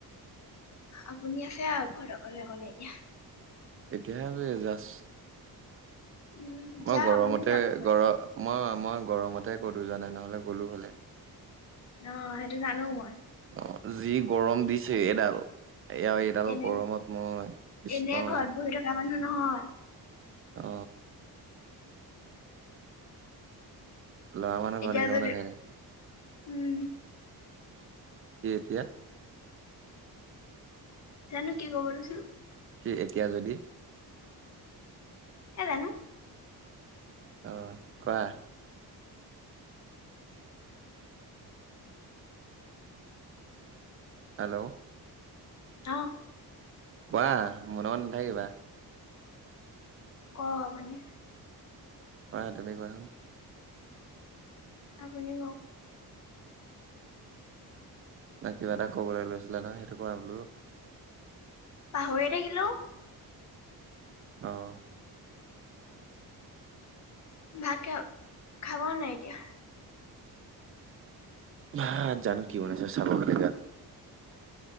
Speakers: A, on the left; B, on the right.
A: আপুনি আছে আউ ঘৰত অকলে অকলে এতিয়া।
B: এতিয়াহে আজৰি জাছ
A: উম
B: মই
A: যাক
B: গৰমতে
A: আপুনিও যাওক ক'বালে
B: গৰ মই মই গৰমতে কটু জানাই নহ'লে গ'লো হ'লে।
A: অ সেইটো জানো মই।
B: অ যি গৰম দিছে এডাল এয়া এডাল
A: এনে
B: গৰমত মই কৃষ্ণ।
A: এনে <unintelligible> মানুহ নহয়
B: অ। ল'ৰা মানুহ
A: এতিয়া
B: ঘৰ এনেও
A: যদি
B: নাথাকে।
A: উম।
B: কি এতিয়া
A: জানো কি ক'ব লৈছো?
B: কি এতিয়া যদি
A: হে জানো
B: অ কোৱা? হেল্ল'।
A: অ'।
B: কোৱা মনে মনে নাথাকিবা।
A: ক আপুনি।
B: কোৱা তুমি কোৱাচোন।
A: আপুনি কওক।
B: ন কিবা এটা ক'বলৈ লৈছিলে ন সেইটো কোৱা বোলো।
A: পাহৰিএ থাকিলো।
B: অ'।
A: ভাত খাম, খাব নাই এতিয়া?
B: ভাত জানো কি বনাইছে চাবগৈ লাগিয়া হল